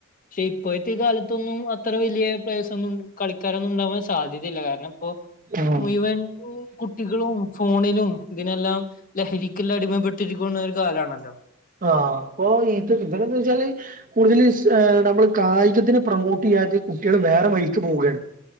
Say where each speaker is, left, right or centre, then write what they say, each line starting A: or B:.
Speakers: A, on the left; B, on the right.
A: പക്ഷെ ഇപ്പോഴത്തെ ഈ കാലത്തൊന്നും അത്ര വലിയ പ്ലേസ് ഒന്നും കളിക്കാരൊന്നും ഉണ്ടാവാൻ സാ സാധ്യതയില്ല കാരണം ഇപ്പോ
B: ആഹ്
A: മുഴുവൻ കുട്ടികളും ഫോണിലും ഇതിനെല്ലാം ലഹരിക്കൽ അടിമപ്പെട്ടിരിക്കുന്ന ഒരു കാലാണല്ലോ?
B: ആ അപ്പൊ ഇത് ഇവിനെന്തെച്ചാൽ കൂടുതൽ ഏ നമ്മള് കായികത്തിന് പ്രൊമോട്ട് ചെയ്യ അതായത് കുട്ടികൾ വേറെ വൈയ്ക്ക് പോവുകയാണ്